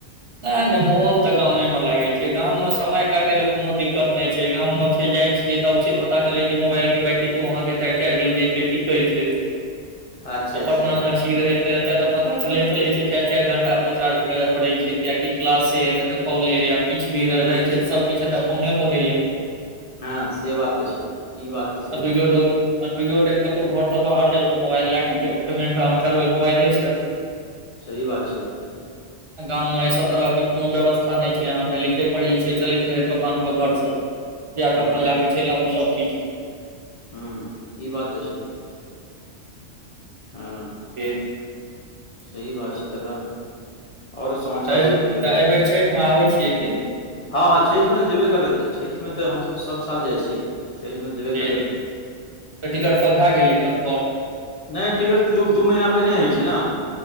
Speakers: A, on the right; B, on the left.
A: नहि नहि मोन तऽ गामे मे लागै छै गाममे समय काटय ले कोनो दिक्कत नहि छै गाम मे छै जाइ छियै तब छै पता चले जे मोबाइल के बैटिको अहाँ के चारि चारि दिन जे छै टिकै छै
B: <inaudible> अच्छा
A: और
B: अच्छा
A: पटना
B: हँ
A: मे छी रहैत। ते एते ते पता चले चले छै चारि चारि घंटा पर चार्ज करय पड़े छै। कियाकि क्लासे, नहि तऽ कॉले या किछु भी रहै छै सबकुछ फोने पर होइये
B: हँ से बात तऽ छै ई बात तऽ सही
A: आ दुइयो
B: छै।
A: डोग आ दुइयो गोटे कतौ घर से बाहर जाउ त मोबाइल लय के पेमेंट अहां करबै मोबाइले से।
B: सही बात छै।
A: गाँवमे। सब तरहके कोनो व्यवस्था नहि छै अहाँके लिखे पढ़ी छै चलैत रहै दोकान पर घर से जा के
B: हूँ
A: अपन लै के चलि आबू सब चीज
B: हं ई बात त छै। हँ।
A: जी।
B: सही बात छै, तखन आओर समाचार
A: तऽ
B: सब कहियौ
A: एहिबेर छठिमे आबै छियै की?
B: हँ हँ छठिमे तऽ जेबे करबै तऽ, छठिमे तऽ हम सभ साल जाइ छियै। छठिमे तऽ जेबे
A: जी,
B: करबै
A: त टिकट सब भए गेलै कन्फर्म।
B: नहि टिकट तऽ दू दू महीना पहिने होइ छै ने।